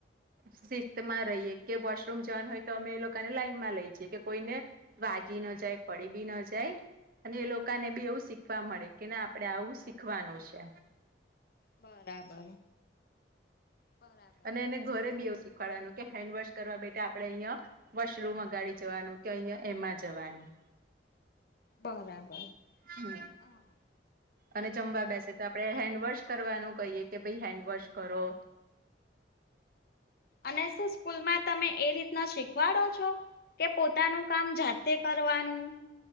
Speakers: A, on the right; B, on the left.
A: શિસ્ત માં રહીએ કે, વોશરૂમ જવાન હોય, તો અમે એ લોકોને લાઈનમાં લઈ જઈએ, કે કોઈને વાગી ન જાય, પડી બી ની જાય. અને એ લોકોને બી એવું શીખવા મળે, કે ના આપડે આવું શીખવાનું છે.
B: બરાબર, બરાબર.
A: અને એને ઘરે બી એવું શીખવાડવાનું કે હેન્ડ વોશ કરવા બેઠ આપડે અહિયાં વોશરૂમ અગાડી જવાનું કે અહં એમાં જવાનું
B: બરાબર
A: હા <unintelligible>
B: હા <unintelligible>
A: અને જમવા બેસે તો આપડણે હેન્ડવોશ કરવાનું કહીએ કે ભાઈ હેન્ડવોશ કરો
B: અને શું સ્કૂલમાં તમે એ રીતના શીખવાડો છો. કે પોતાનું કામ જાતે કરવાનું